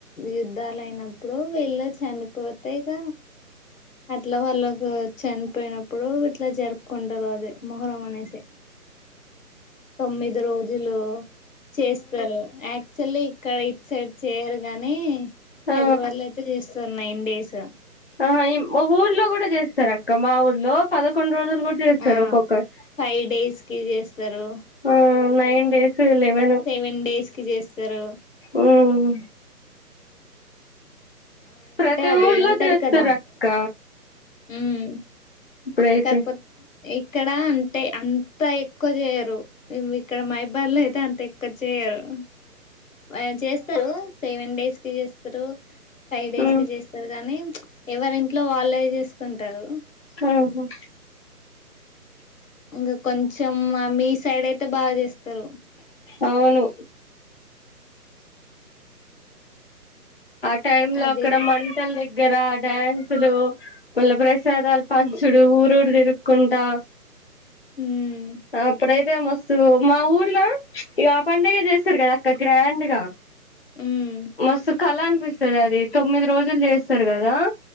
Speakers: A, on the left; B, on the left.
A: యుద్ధాలు అయినప్పుడు వీళ్ళు చనిపోతే, ఇక అట్లా వాళ్ళకు చనిపోయినప్పుడు ఇట్లా జరుపుకుంటారు. అదీ మొహరం అనేసి తొమ్మిది రోజులు చేస్తరు. యాక్చువల్లీ ఇక్కడ ఇట్ సైడ్ చేయరు గాని
B: ఆ
A: హైదరాబాద్ లో అయితే చేస్తార్ నైన్ డేస్ ఇక
B: ఆ ఈ మొగోళ్ళు కూడా చేస్తారు అక్క. మా ఊర్లో పదకొండు రోజులు. పూజ్ జేస్తారు
A: ఆ
B: ఒక్కొకరు
A: ఫైవ్ డేస్ కి చేస్తారు
B: ఆ nine
A: ఆ
B: days level
A: seven days కి జేస్తరు
B: ఊమ్
A: అంటే
B: ప్రతి
A: అది
B: ఊర్లో
A: ఇంటరు
B: చేస్తారు
A: కదా
B: అక్క
A: ఊమ్
B: ఇప్పుడైతే
A: కాకపోతే ఇక్కడ అన్ అంటే అంత ఎక్కువ చేయరు. ఉం ఇక్కడ మైబాల్లో అయితే అంత ఎక్కువ చేయరు. ఆ చేస్తారు సెవెన్ డేస్ తీస్తరు ఫైవ్ డేస్
B: మ్మ్
A: కి చేస్తరు గానీ ప్చ్ ఎవరి ఇంట్లో వాళ్ళే చేసుకుంటరు
B: ఆహా
A: ఇంకా కొంచెం మీ సైడ్ అయితే బాగ చేస్తరు
B: అవును ఆ టైమ్ లో
A: అది
B: అక్కడ మంటలు లే గ్గర డ్యాన్సులు మళ్ళా ప్రసాదాలు పంచుడు ఊరురు తిరుక్కుంటా
A: ఉమ్
B: అప్పుడైతే మస్ సో మా ఊర్లా ఇగ ఆ పండగ చేస్తరు కదా అక్క గ్రాండ్ గా
A: ఉమ్
B: మస్తు కాల అనిపిస్ సరే అది తొమ్మిది రోజులు చేస్తరు కదా